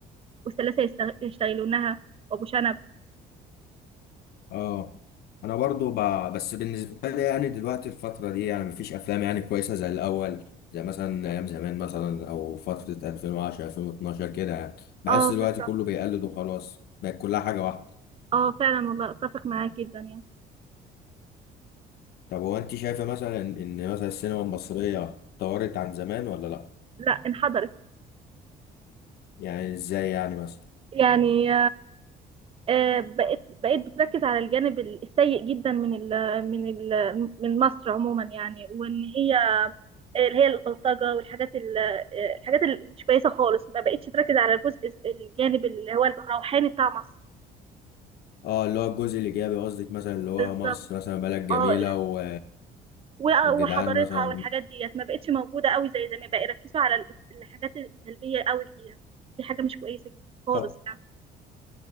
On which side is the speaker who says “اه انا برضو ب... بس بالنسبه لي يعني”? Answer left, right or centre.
Left